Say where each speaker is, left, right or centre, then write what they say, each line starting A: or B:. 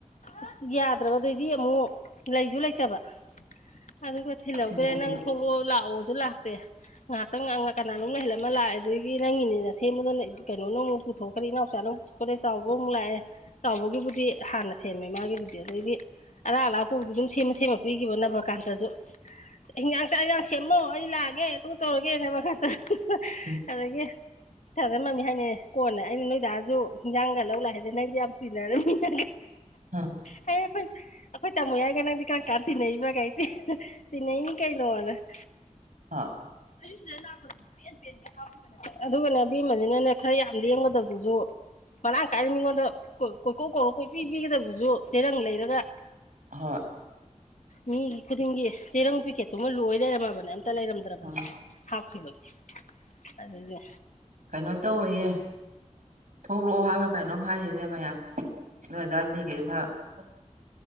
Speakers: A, on the left; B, on the right.
A: ꯑꯁ ꯌꯥꯗ꯭ꯔꯕ ꯑꯗꯥꯏꯗꯤ ꯑꯃꯨꯛ ꯂꯩꯁꯨ ꯂꯩꯇꯕ ꯑꯗꯨꯒ ꯊꯤꯜꯍꯧꯗ꯭ꯔꯦ
B: ꯁꯤ ꯑꯝꯇ
A: ꯅꯪ
B: ꯄꯤꯔꯛꯑꯣ
A: ꯊꯣꯛꯂꯛꯑꯣ ꯂꯥꯛꯑꯣꯁꯨ ꯂꯥꯛꯇꯦ ꯉꯥꯏꯍꯥꯛꯇꯪ ꯑꯉꯥꯡ ꯀꯅꯥꯅꫭꯃ ꯉꯥꯏꯍꯥꯜꯂꯝꯃ ꯂꯥꯛꯑꯦ ꯑꯗꯒꯤ ꯅꯪꯒꯤꯅꯤꯅ ꯁꯦꯝꯕꯗꯨꯅ ꯀꯩꯅꯣ ꯅꯃꯨꯛ ꯄꯨꯊꯣꯛ ꯄꯔꯤ ꯏꯅꯥꯎꯆꯥꯅ ꯑꯃꯨꯛ ꯄꯨꯊꯣꯛꯈ꯭ꯔꯦ ꯆꯥꯎꯕ ꯑꯃꯨꯛ ꯂꯥꯛꯑꯦ ꯆꯥꯎꯕꯒꯤꯕꯨꯗꯤ ꯍꯥꯟꯅ ꯁꯦꯝꯃꯦ ꯃꯥꯒꯤꯕꯨꯗꯤ ꯑꯗꯩꯗꯤ ꯑꯔꯥꯞ ꯑꯔꯥꯛꯄꯕꯨꯗꯤ ꯑꯗꯨꯝ ꯁꯦꯝꯃ ꯁꯦꯝꯃ ꯄꯤꯈꯤꯕ ꯅꯅꯕ꯭ꯔ ꯀꯥꯟꯗꯁꯨ ꯍꯤꯟꯖꯥꯡ ꯆꯥꯛ ꯍꯟꯖꯥꯡ ꯁꯦꯝꯃꯣ ꯑꯩ ꯂꯥꯛꯑꯒꯦ ꯑꯗꯨ ꯇꯧꯔꯒꯦꯅ ꯃꯈꯥꯇ
B: ꯎꯝ
A: ꯑꯗꯒꯤ ꯊꯔꫭꯏ ꯃꯥꯟꯕꯤ ꯍꯥꯏꯅꯦ ꯀꯣꯟꯅ ꯑꯩꯅ ꯅꯣꯏ ꯗꯥꯁꯨ ꯏꯟꯁꯥꯡꯒ ꯂꯧ ꯂꯥꯛ ꯍꯟꯗꯦ ꯅꯪꯗꯤ ꯌꯥꯝ ꯇꯤꯟꯅꯔꯝꯃꯤꯅ
B: ꯍꯥ
A: ꯑꯩꯅ ꯑꯩꯈꯣꯏ ꯑꯩꯈꯣꯏ ꯇꯥꯃꯣ ꯌꯥꯏꯒ ꯅꯪꯗꯤ ꯀꯔꯝ ꯀꯥꯟ ꯇꯤꯟꯅꯩꯕ ꯀꯩꯏ ꯇꯤꯟꯅꯩꯅꯤ ꯀꯩꯅꯣꯅ <inaudible>
B: ꯑꯥ
A: ꯑꯩꯁꯨ ꯑꯗꯥ ꯂꯥꯛꯄꯗꯨꯅꯤ ꯄꯦꯟ ꯄꯦꯟ ꯍꯥꯞꯈꯤꯕꯅꯦꯕ ꯑꯗꯨꯒꯅꯦ ꯑꯕꯦꯝꯃꯁꯤꯅꯅꯦ ꯈꯔ ꯌꯥꯝ ꯂꯦꯡꯒꯗꯩꯕꯗꯨꯁꯨ ꯃꯔꯥꯡ ꯀꯥꯏꯅ ꯃꯤꯉꯣꯟꯗ ꯀꯣꯏꯀꯣꯛ ꯀꯧꯔꯣꯛ ꯀꯣꯏꯄꯤ ꯄꯤꯒꯗꯕꯗꯨꯁꯨ ꯆꯦꯔꯪ ꯂꯩꯔꯒ
B: ꯍꯣꯏ
A: ꯃꯤꯒꯤ ꯈꯨꯗꯤꯡꯒꯤ ꯆꯦꯔꯪ ꯄꯤꯀꯦꯠꯇꯨꯃ ꯂꯣꯏ ꯂꯩꯔꯝꯃꯕꯅꯦ ꯑꯝꯇ ꯂꯩꯔꯝ
B: ꯑꯥ
A: ꯍꯥꯞꯈꯤꯕꯒꯤ ꯑꯗꯨꯗꯤ
B: ꯀꯩꯅꯣ ꯇꯧꯋꯌꯦ ꯊꯣꯛꯂꯛꯑꯣ ꯍꯥꯏꯕ꯭ꯔꯥ ꯀꯩꯅꯣꯝ ꯍꯥꯏꯔꯤꯅꯦ ꯃꯌꯥ ꯅꫭꯏꯑꯗꯥꯏ ꯃꯤꯈꯩꯗꯣ ꯈꯔ <unintelligible>